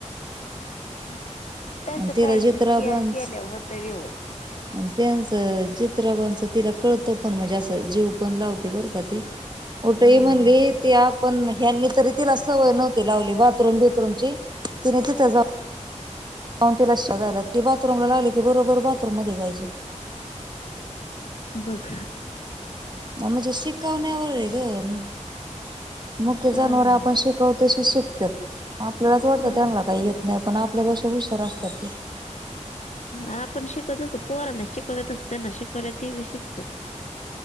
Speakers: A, on the left; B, on the right.
A: <inaudible> त्यांचा
B: आणि तिला
A: टाइमशिर
B: जित्राबांच
A: केल्या होत व्यवस्थित
B: आणि त्यांचं चित्रपांचं तिला कळतं पण म्हणजे असं जीव पण लावते बरं का ती होटही
A: हा
B: म्हणले
A: हा
B: ते आप <unintelligible> पण ह्यांनी तरी तिला सवय नव्हती लावली बाथरूम बीथरूमची तिने तिथे जाऊन जाऊन तिला ती बाथरूम लागली की बरोबर बाथरूम मध्ये जायचे
A: बघ
B: हा म्हणजे शिकवण्यावर आहे ग मुक्या
A: हां.
B: जनावर आपण शिकवतो तशी शिकतात आपल्यालाच वाटतं
A: हां
B: त्यांना
A: ना.
B: काही येत नाही पण आपल्यापेक्षा हुशार असतात ते
A: आपण शिकत असो पोहरांना शिकवत अस त्यांना शिकवले ते शिकत्यात की <inaudible>